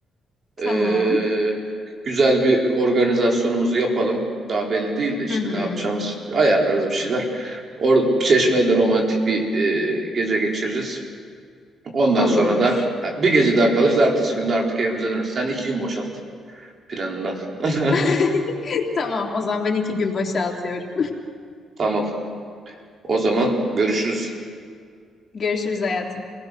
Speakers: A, on the left; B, on the right.
A: Tamam.
B: Ee, güzel bir organizasyonumuzu yapalım. Daha belli değil de işte
A: Hı hı.
B: ne yapacağımız ayarlarız bir şeyler. Or Çeşme'de de romantik bir e, gece geçiririz. Ondan
A: Olur.
B: sonra da e, bir gece daha kalırız. Ertesi günde artık evimize döneriz. Sen iki gün boşalt planından. <laughs>
A: <laughs> Tamam. O zaman ben iki gün boşaltıyorum.
B: Tamam. O zaman görüşürüz.
A: <laughs> Görüşürüz hayatım.